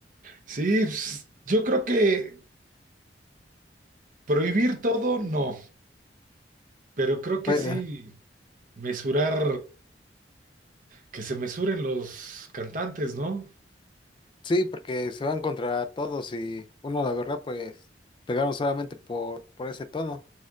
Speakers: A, on the right; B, on the left.
A: Sí, pues, yo creo que Prohibir todo, no, pero creo que
B: pues,
A: sí mesurar, que se mesuren los cantantes, ¿no?
B: sí, porque se van contra todos y uno, la verdad, pues pegaron solamente por por ese tono.